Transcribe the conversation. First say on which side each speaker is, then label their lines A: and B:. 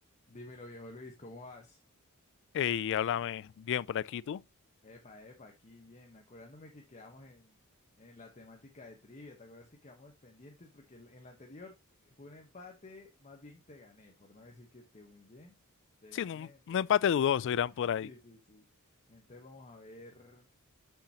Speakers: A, on the left; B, on the left.
A: Dímelo, viejo Luis, ¿cómo vas?
B: Y háblame bien por aquí tú.
A: Epa, epa, aquí bien. Acordándome que quedamos en, en la temática de trivia. ¿Te acuerdas que quedamos pendientes? Porque el- en la anterior fue un empate, más bien te gané, por no decir que te humillé, te
B: Sí,
A: gané.
B: un,
A: entonces-
B: un empate
A: <laughs>
B: dudoso irán por ahí.
A: Sí, sí, sí. Entonces vamos a ver,